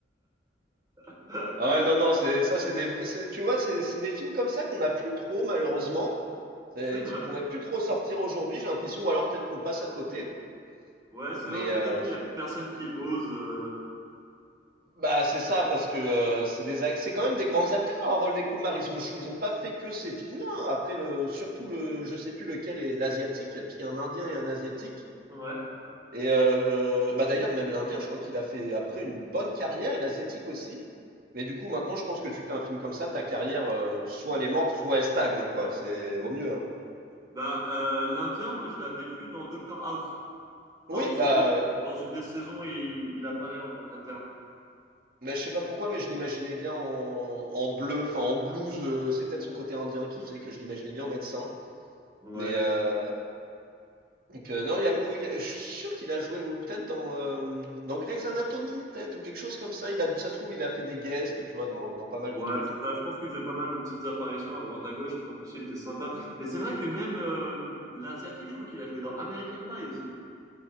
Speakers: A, on the right; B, on the right.
A: <laughs>
B: Ah ouais, non, non, c'est ça, c'est des vrais, c'est- tu vois, c'est c'est des films comme ça qu'on n'a plus trop, malheureusement, c'est-
A: C'est vrai.
B: qui pourraient plus trop sortir aujourd'hui, j'ai l'impression, ou alors peut-être qu'on passe à côté.
A: Ouais, c'est
B: Mais
A: vrai ou peut-être
B: euh,
A: qu'il
B: c'est-
A: y a plus personne qui ose. euh,
B: bah c'est ça parce que euh, c'est des ac- c'est quand même des grands acteurs hein, Harold et Kumar ils ont jou- ils ont pas fait que ces films-là hein. Après le surtout le je sais plus lequel est l'asiatique parce qu'il y a un Indien et un asiatique
A: Ouais.
B: Et euh, bah d'ailleurs, même l'Indien, je crois qu'il a fait après une bonne carrière, et l'Asiatique aussi. Mais du coup, maintenant, je pense que tu fais un film comme ça, ta carrière, euh, soit elle est morte, soit elle stagne, quoi. C'est au mieux, hein.
A: Bah euh, l'Indien, moi je l'avais vu dans Doctor House. Dans
B: Oui,
A: une
B: bah,
A: des
B: euh,
A: dans une des saisons, il, il apparaît en tant qu'interne.
B: mais je sais pas pourquoi, mais je l'imaginais bien en, en bleu, enfin en blues. euh, c'est peut-être son côté indien qui faisait que je l'imaginais bien en médecin.
A: Ouais.
B: Mais euh, donc, euh, non, il y a, ou il y a- je suis sûr qu'il a joué, ou peut-être dans, euh, dans Grey's Anatomy, peut-être, ou quelque chose comme ça. Il a, dû- ça se trouve, il a fait des guests, tu vois, dans, dans pas mal
A: Ouais,
B: de trucs.
A: c'est ça. Je pense qu'il faisait pas mal de petites apparitions à droite à gauche, parce qu'en plus, il était sympa. Mais c'est vrai que même euh, l'Asiatique, je crois qu'il a joué dans American Pie aussi.